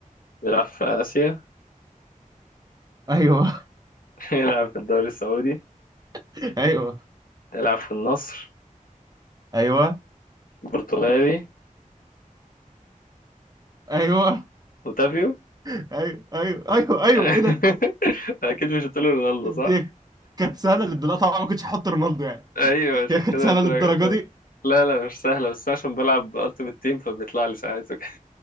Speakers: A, on the left (about 85°); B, on the right (about 25°).
A: بيلعب في آسيا
B: ايوه
A: <laughs> يلعب في الدوري السعودي
B: <laughs> ايوه
A: يلعب في النصر
B: ايوه
A: برتغالي
B: ايوه
A: اوتافيو
B: ايوه ايوه ايوه ايوه
A: <laughs>
B: ايه ده
A: اكيد مش هتقول رونالدو
B: هي كانت سهله للدرجه طبعا ما كنتش هحط رونالدو يعني
A: ايوه عشان
B: هي كانت
A: كده
B: سهله
A: قلت
B: للدرجه
A: لك طب.
B: دي
A: لا لا مش سهله بس عشان بلعب التيمت تيم فبيطلع لي ساعات <laughs> وكده